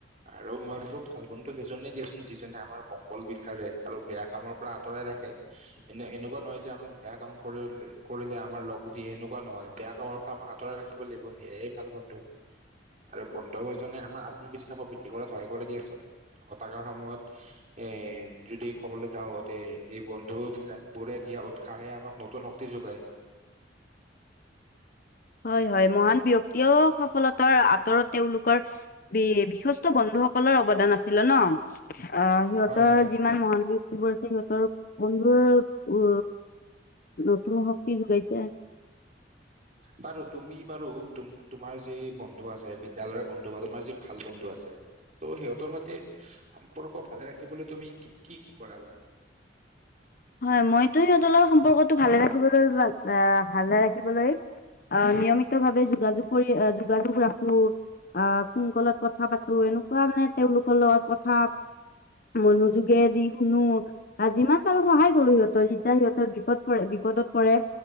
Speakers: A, on the right; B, on the left.
A: আৰু মই ভাবো ভাল বন্ধু সেইজনে দিয়াচোন যিজনে আমাৰ মংগল বিচাৰে আৰু বেয়া কামৰ পৰা আঁতৰাই ৰাখে। এনে এনেকুৱা নহয় যে আমাক বেয়া কাম কৰিলে কৰিলে আমাৰ লগো দিয়ে সেনেকুৱা নহয় বেয়া কামৰ আমাক আঁতৰাই ৰাখিব লাগিব সেয়াই ভাল বন্ধু আৰু বন্ধু <unintelligible> জনে আমাৰ আত্মবিশ্বাসক বৃদ্ধি কৰাত সহায় কৰে দিয়াচোন হতাশাৰ সময়ত। এ যদি ক'বলৈ যাও তে এই বন্ধু বিলাক বোৰে দিয়া উৎসাহে আমাক নতুন শক্তি যোগায়।
B: হয়, হয়। মহান ব্যক্তিয়েও সফলতাৰ আঁতৰত তেওঁলোকৰ বি বিশিষ্ট বন্ধুসকলৰ অৱদান আছিলে ন? অ সিহঁতৰ
A: হয় হয়
B: যিমান মহান <unintelligible> সিহঁতৰ বন্ধুৰ উ নতুন শক্তি যোগাইছে।
A: বাৰু তুমি বাৰু তোম তোমাৰ যি বন্ধু আছে বিদ্যালয়ৰ বন্ধু বা তোমাৰ যি ভাল বন্ধু আছে ত' সিহঁতৰ সৈতে সম্পৰ্ক ভালে ৰাখিবলৈ তুমি কি কি কৰা বাৰু?
B: হয়, মইতো সিহঁতৰ সম্পৰ্কটো ভালে ৰাখিবলৈ <unintelligible> ভালে ৰাখিবলৈ আহ নিয়মিত ভাৱে যোগাযোগ কৰি আহ যোগাযোগ ৰাখো। আহ ফোন কলত কথা পাতো এনেকুৱা মানে তেওঁলোকৰ লগত কথা মনোযোগেদি শুনো বা যিমান পাৰো সহায় কৰো সিহঁতৰ যেতিয়া সিহঁতৰ বিপদ পৰে বিপদত পৰে।